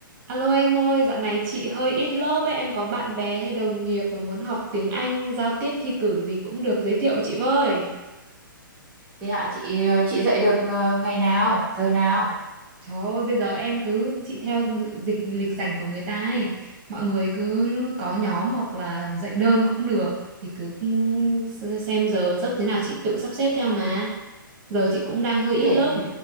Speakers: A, on the right; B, on the right.
A: Alo em ơi, dạo này chị hơi ít lớp ấy, em có bạn bè hay đồng nghiệp mà muốn học tiếng Anh, giao tiếp thi cử gì cũng được giới thiệu chị với.
B: Thế hả chị ờ, chị dậy được ờ, ngày nào, giờ nào?
A: Trời ơi, bây giờ em cứ chị theo dịch lịch rảnh của người ta ấy, mọi người cứ có nhóm hoặc là dạy đơn cũng được, thì cứ xem giờ giấc thế nào chị tự sắp xếp theo mà. Giờ chị cũng đang hơi
B: Thế
A: ít
B: để
A: lớp.